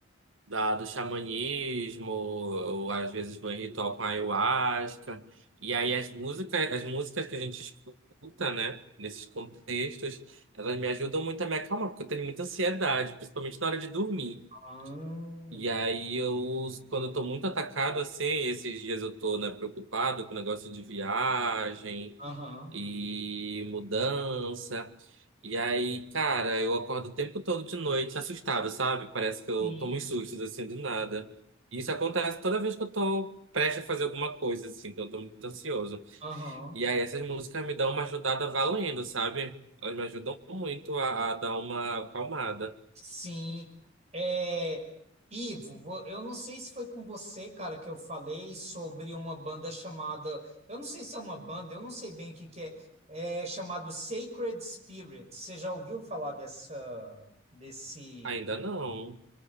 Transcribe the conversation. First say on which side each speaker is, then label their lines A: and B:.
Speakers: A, on the right; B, on the right.
A: da, do xamanismo, ou às vezes vou em ritual com ayahuasca. E aí as músicas, as músicas que a gente escuta, né? Nesses contextos, elas me ajudam muito a me acalmar, porque eu tenho muita ansiedade, principalmente na hora de dormir.
B: Ah,
A: E aí eu, quando eu tô muito atacado assim, esses dias eu tô, né, preocupado com o negócio de viagem
B: Aham.
A: e mudança. E aí, cara, eu acordo o tempo todo de noite assustado, sabe? Parece que eu
B: Sim.
A: tomo uns sustos assim do nada. E isso acontece toda vez que eu tô prestes a fazer alguma coisa, assim, que eu tô muito ansioso.
B: Aham.
A: E aí essas músicas me dão uma ajudada valendo, sabe? Elas me ajudam muito a, a dar uma acalmada.
B: Sim. É, Ivo, vo- eu não sei se foi com você, cara, que eu falei sobre uma banda chamada. Eu não sei se é uma banda, eu não sei bem o que que é. É chamado Sacred Spirit. Você já ouviu falar dessa, desse.
A: Ainda não.